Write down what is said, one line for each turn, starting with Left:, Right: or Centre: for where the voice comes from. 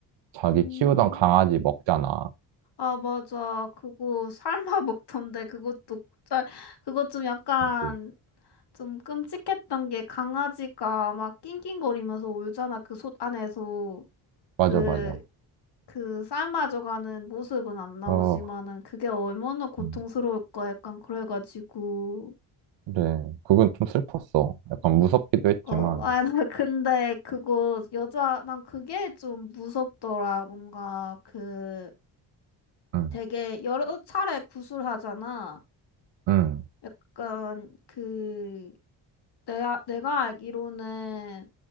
Right: 자기
Left: 음,
Right: 키우던 강아지 먹잖아.
Left: 아, 맞아. 그거 삶아 먹던데, 그것도, 짤, 그것 좀 약간,
Right: 맞아.
Left: 좀 끔찍했던 게 강아지가 막 낑낑거리면서 울잖아, 그 솥 안에서.
Right: 맞아,
Left: 그,
Right: 맞아.
Left: 그 삶아져가는 모습은 안 나오지만은
Right: 어,
Left: 그게 얼마나 고통스러울까
Right: 음,
Left: 약간 그래가지고
Right: 그래. 그건 좀 슬펐어. 약간 무섭기도 했지만.
Left: 어, <laughs> 아, 나 근데 그거 여자 난 그게 좀 무섭더라 뭔가 그
Right: 응,
Left: 되게 여러 차례 구술하잖아
Right: 응,
Left: 약간 그 내가 내가 알기로는